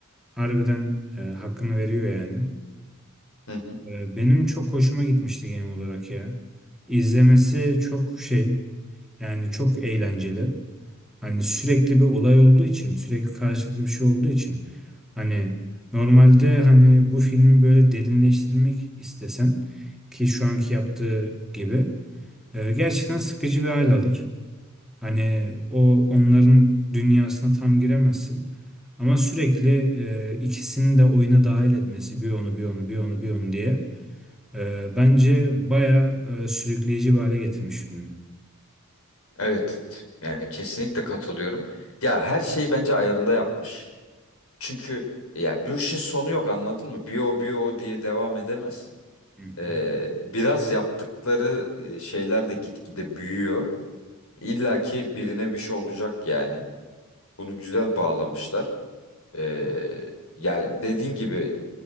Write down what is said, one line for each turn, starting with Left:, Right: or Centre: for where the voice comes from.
Centre: harbiden e, hakkını veriyor yani.
Left: Hı hı.
Centre: Ee, benim çok hoşuma gitmişti genel olarak ya. İzlemesi çok şey yani çok eğlenceli. Hani sürekli bir olay olduğu için sürekli karşılıklı bir şey olduğu için hani normalde hani bu filmi böyle derinleştirmek istesen ki şu anki yaptığı gibi ee, gerçekten sıkıcı bir hal alır. Hani o onların dünyasına tam giremezsin. Ama sürekli e, ikisini de oyuna dahil etmesi bir onu bir onu bir onu bir onu diye e, bence baya sürükleyici bir hale getirmiş filmi.
Left: Evet yani kesinlikle katılıyorum. Ya her şeyi bence ayarında yapmış. Çünkü ya bu işin sonu yok anladın mı? Bir o diye devam edemez.
Centre: Hı
Left: Ee,
Centre: hı.
Left: biraz yaptıkları e, şeyler de gitgide büyüyor. İlla ki birine bir şey olacak yani. Bunu güzel bağlamışlar. Ee, ya dediğin gibi